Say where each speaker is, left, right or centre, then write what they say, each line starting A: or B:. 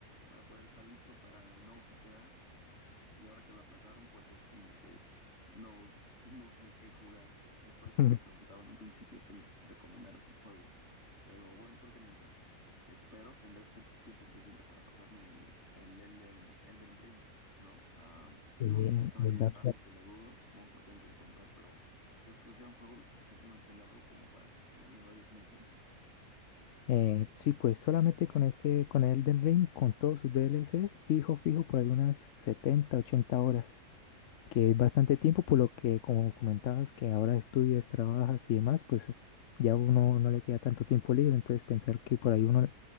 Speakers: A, on the left; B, on the left.
A: para poder estar listo para el nuevo GTA. Y ahora que lo aplazaron, pues es como que no, no sé qué jugar. Es por
B: <laughs>
A: eso que te preguntaba en un principio que me recomendaras un juego. Pero bueno, creo que mientras espero tendré sie- tiempo suficiente para pasarme el, el, Elden Elden Ring, ¿no? Ah, no
B: Sí,
A: sé si está en
B: ¿verdad?
A: el Game Pass, aunque lo dudo. Supongo que lo tendré que comprar, pero ¿crees que sea un juego lo suficientemente largo como para entretenerme varios meses?
B: Eh, sí, pues solamente con ese, con Elden Ring, con todos sus DLCs, fijo, fijo, por algunas 70, 80 horas, que es bastante tiempo, por lo que, como comentabas, que ahora estudias, trabajas y demás, pues ya uno no le queda tanto tiempo libre, entonces pensar que por ahí uno